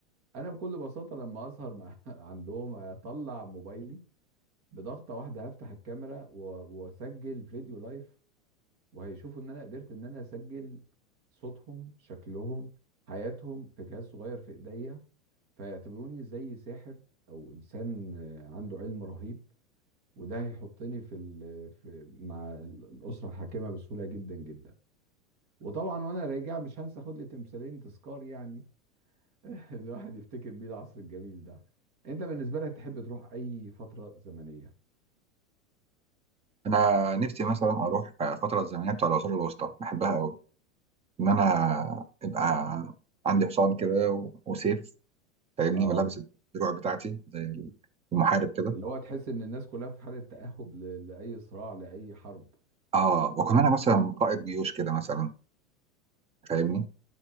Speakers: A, on the right; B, on the right.
A: أنا بكل بساطة لما أسهر مع <laughs> عندهم أطلع موبايلي بضغطة واحدة هفتح الكاميرا و- وأسجل فيديو لايف وهيشوفوا إن أنا قدرت إن أنا أسجل صوتهم شكلهم حياتهم في جهاز صغير في إيديا فيعتبروني زي ساحر او انسان آه، عنده علم رهيب وده هيحطني في, ال... في مع ال- الاسره الحاكمه بسهوله جدا جدا وطبعا وانا راجع مش هنسى خد لي تمثالين تذكار يعني <laughs> الواحد يفتكر بيه العصر الجميل ده انت بالنسبه لك تحب تروح اي فتره زمنيه
B: أنا نفسي مثلا أروح آه، الفترة الزمنية بتاع العصور الوسطى بحبها أوي إن أنا يبقى عندي حصان كده و- وسيف فاهمني
A: اه
B: ولابس الدروع بتاعتي زي المحارب كده
A: اللي هو تحس ان الناس كلها في حاله تاهب ل... لاي صراع لاي حرب
B: اه وكمان انا مثلا قائد جيوش كده مثلا فاهمني